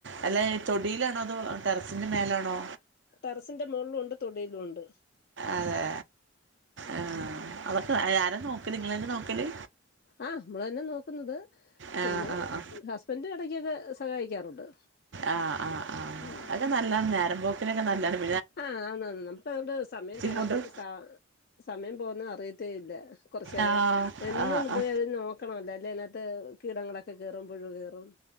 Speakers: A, on the right; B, on the left.
A: അല്ല
B: ഉം
A: തൊടിയിലാണോ അതോ ടെറസിൻ്റെ മേലാണോ
B: ടെറസിന്റെ മോളിലും ഉണ്ട് തൊടിലും ഉണ്ട്
A: അതെ ആഹ് ആഹ് അതൊക്കെ ആര നോക്കല് ഇങ്ങളെന്നെ നോക്കല്
B: ആഹ് മ്മളെന്നെ നോക്ക്ന്നത്
A: ആ
B: പിന്നെ
A: ആ ആ
B: ഹസ്ബൻഡ് എടക്കൊക്കെ സഹായിക്കാറുണ്ട്
A: ആഹ് ആഹ് ആഹ്
B: ഉം
A: അക്കെ നല്ലാണ് നോരംമ്പോക്കിനൊക്കെ നല്ലാണ്
B: ആഹ് ആന്നാ ന്ന് നമുക്ക് അതിന്റെ സമയം തെക
A: ഫുഡും
B: സ സമയം പോക്ന്നെ അറിയത്തേ ഇല്ല കൊറച്ചേരം
A: ആ
B: എന്നൊന്നു
A: ആ ആ
B: പോയി അതി നോക്കണല്ലോഅല്ലെ അതിനകത്ത് കീടങ്ങളൊക്കെ കെറും പുഴു കെറും.